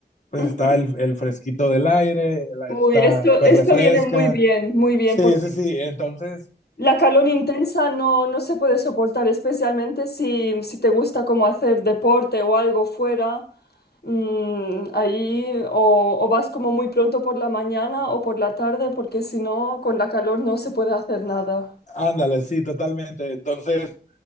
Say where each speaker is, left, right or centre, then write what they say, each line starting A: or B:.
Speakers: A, on the left (about 45°); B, on the left (about 65°).
A: pues
B: Ujú.
A: está el, el fresquito del aire, el aire
B: Uy,
A: está,
B: esto,
A: pues
B: esto
A: refresca.
B: viene muy bien, muy bien,
A: Sí,
B: porque
A: sí, sí, entonces...
B: la calor intensa no, no se puede soportar, especialmente si, si te gusta como hacer deporte o algo fuera, mm, ahí o, o vas como muy pronto por la mañana o por la tarde, porque si no, con la calor no se puede hacer nada.
A: Ándale, sí, totalmente. Entonces,